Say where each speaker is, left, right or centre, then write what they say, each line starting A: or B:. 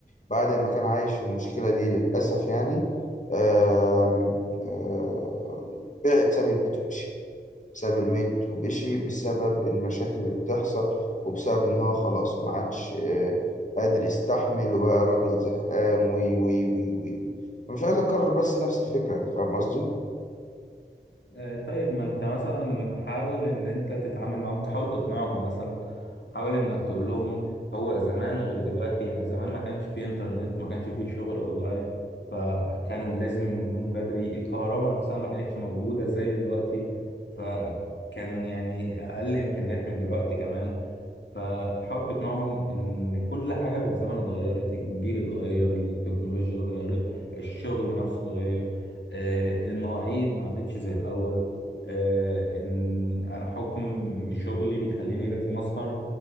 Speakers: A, on the left; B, on the left.
A: بعد ما كان عايش في المشكلة دي للأسف يعني آم، آه، بعد ساب البيت ومشي ساب البيت ومشي بسبب المشاكل اللي بتحصل وبسبب إن هو خلاص ما عادش آه، قادر يستحمل وبقى راجل زهقان وي وي وي وي وي فمش عايز أكرر بس نفس الفكرة أنت فاهم قصدي؟
B: آه، طيب ما انت مثلا حاول ان انت تتعامل معاهم تحاول تقنعهم مثلا حاول انك تقول لهم هو زمان غير دلوقتي يعني زمان ما كانش فيه انترنت ما كانش فيه شغل اونلاين فكان لازم النوم بدري الكهرباء نفسها ما كانتش موجودة زي دلوقتي فكان يعني اقل امكانيات من دلوقتي كمان فحاول تقنعهم ان كل حاجه في الزمن اتغيرت الجيل اتغير التكنولوجيا اتغيرت الشغل نفسه اتغير آه، المواعيد ما عادتش زي الاول آه، ان انا حكم شغلي بيخليني لازم اسهر